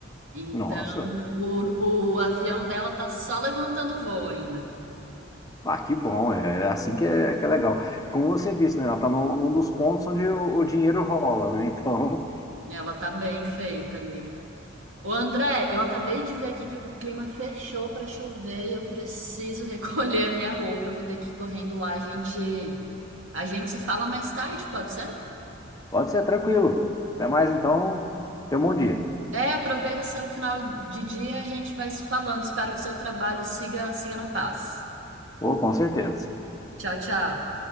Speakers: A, on the right; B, on the left.
A: Então,
B: Nossa,
A: o, o avião dela tá só levantando voo ainda.
B: ah, que bom, é é assim que é, que é legal. E como você disse, né, ela tá num, num dos pontos onde o, o dinheiro rola, né? <laughs> Então,
A: Ela tá bem feita ali. Ô André, eu acabei de ver aqui que o clima fechou pra chover e eu preciso <laughs> recolher a minha roupa. Eu vou ter que ir correndo lá. A gente, a gente se fala mais tarde, pode ser?
B: pode ser tranquilo. Até mais então, tenha um bom dia.
A: É, aproveita seu final de dia, a gente vai se falando. Espero que seu trabalho siga, siga na paz.
B: Ou com certeza.
A: Tchau, tchau.